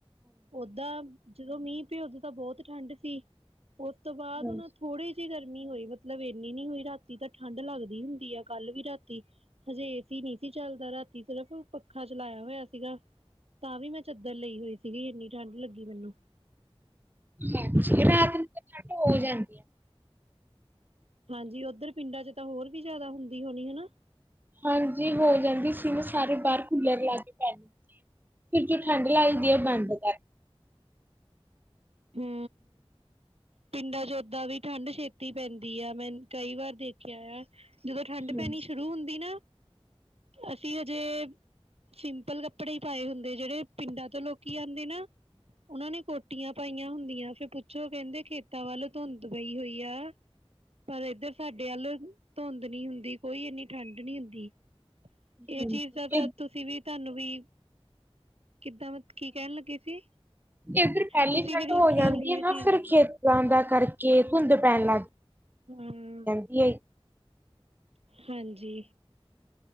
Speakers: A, on the right; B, on the right.
A: ਓਦਾਂ ਜਦੋਂ ਮੀਂਹ ਪੇ ਓਦੋਂ ਤਾਂ ਬੋਹਤ ਠੰਡ ਸੀ, ਉੱਤੋਂ ਤੋ ਬਾਦ
B: ਹਾਂਜੀ-ਹਾਂਜੀ
A: ਓ ਨਾ ਥੋੜੇ ਤੀ ਗਰਮੀ ਹੋਈ ਮਤਲਬ ਏਨੀ ਨੀ ਹੋਈ, ਰਾਤੀ ਤਾਂ ਠੰਡ ਲੱਗਦੀ ਹੁੰਦੀ ਆ, ਕੱਲ ਵੀ ਰਾਤ ਤੀ ਹਜੇ ਏਸੀ ਨੀ ਸੀ ਚੱਲਦਾ ਰਾਤੀ, ਸਿਰਫ਼ ਪੱਖਾ ਚਲਾਇਆ ਹੋਇਆ ਸੀਗਾ ਤਾਂ ਵੀ ਮੈਂ ਚੱਦਰ ਲਈ ਹੋਈ ਸੀਗੀ ਏਨੀ ਠੰਡ ਲੱਗੀ ਮੈਨੂੰ।
B: ਅੱਛਾ, ਰਾਤ ਨੂੰ ਤੇ ਠੰਡ ਹੋ ਜਾਂਦੀ ਐ।
A: ਹਾਂਜੀ, ਓਧਰ ਪਿੰਡਾਂ ਚ ਤਾਂ ਹੋਰ ਵੀ ਜਾਦਾ ਹੁੰਦੀ ਹੋਣੀ, ਹਨਾ?
B: ਹਾਂਜੀ, ਹੋ ਜਾਂਦੀ ਸੀ ਨਾ ਸਾਰੇ ਬਾਰ ਕੂਲਰ ਲਾ ਕੇ ਪੈਣ ਫਿਰ ਜੋ ਠੰਡ ਲੱਗਦੀ ਐ ਬੰਦ ਕਰ
A: ਹੂੰ। ਪਿੰਡਾਂ ਚ ਓਦਾਂ ਵੀ ਠੰਡ ਛੇਤੀ ਪੈਂਦੀ ਆ, ਮੈਂ ਕਈ ਵਾਰ ਦੇਖੇਆ ਆ। ਜਦੋਂ ਠੰਡ
B: ਹਾਂਜੀ
A: ਪੈਣੀ ਸ਼ੁਰੂ ਹੁੰਦੀ ਨਾ, ਅਸੀਂ ਜੇ ਸਿੰਪਲ ਕੱਪੜੇ ਈ ਪਾਏ ਹੁੰਦੇ ਜੇੜੇ ਪਿੰਡਾਂ ਤੋ ਲੋਕ ਕੀ ਆਂਦੀ ਨਾ ਓਨਾ ਨੇ ਕੋਟੀਆਂ ਪਈਆਂ ਹੁੰਦੀਆਂ ਫਿਰ ਪੁੱਛੋ ਕੈਂਦੇ ਖੇਤਾਂ ਵੱਲ ਧੁੰਦ ਪਈ ਹੋਈ ਆ ਪਰ ਏਦਰ ਤੁਹਾਡੇ ਅਲ ਧੁੰਦ ਨੀ ਹੁੰਦੀ ਕੋਈ ਇੰਨੀ ਠੰਡ ਨੀ ਹੁੰਦੀ।
B: ਹਾਂਜੀ-ਹਾਂਜੀ
A: ਏ ਚੀਜ ਦਾ ਤਾਂ
B: ਇਹ
A: ਤੁਸੀਂ ਵੀ ਧਾਨੂੰ ਵੀ ਕਿੱਦਾਂ ਕੀ ਕੈਣ ਲੱਗੇ ਸੀ?
B: ਕਿ ਏਧਰ ਪੈਲੇ
A: ਤੁਸੀਂ
B: ਈ ਠੰਡ
A: ਵੀ ਦੇਖੀ
B: ਹੋ ਜਾਂਦੀ
A: ਹੋਣੀ
B: ਏ
A: ਇਹ
B: ਨਾ
A: ਚੀਜ਼
B: ਫਿਰ ਖੇਤਾਂ ਦਾ ਕਰਕੇ ਧੁੰਦ ਪੈਨ ਲੱਗ
A: ਹੂੰ,,,
B: ਈ
A: ਹਾਂਜੀ।